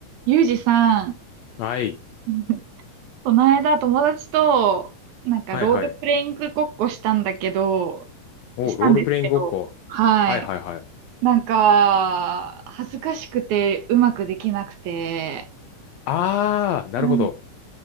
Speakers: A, on the right; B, on the left.
A: ゆうじさん、
B: はい。
A: <laughs> この間友達と、なんかロールプレイングごっこしたんだけど、
B: はいはい。お、
A: したんですけど、
B: ロールプレイングごっこ。
A: はい。
B: はいはいはい。
A: なんか、恥ずかしくてうまくできなくて、
B: あー、なるほど。
A: なん